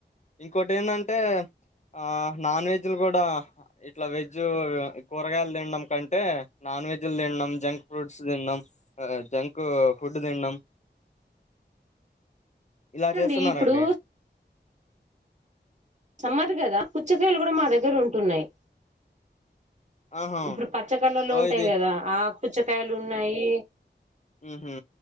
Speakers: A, on the left; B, on the right.
A: ఇంకోొటి ఏంటంటే ఆ నాన్ వెజ్లు కూడా ఇట్లా వెజ్ కూరగాయలు తిినడం కంటే నాన్ వెజ్ ం జంక్ ఫ్రూట్స్న్నాం ఆ జంకు ఫుడ్ తిినం ఇలా చేస్తున్నారంండి
B: అండి ఇప్పుడు సమ్మధ కదా పుచ్చకాయలు కూడా మా దగ్గర ఉంటున్నాయి
A: ఆహా
B: ఇప్పుడు పచ్చ కళ్ళలో
A: ఓ
B: ఉంటాయి
A: ఇది
B: కదా ఆ పుచ్చకాయలు ఉన్నాయి
A: ఉహు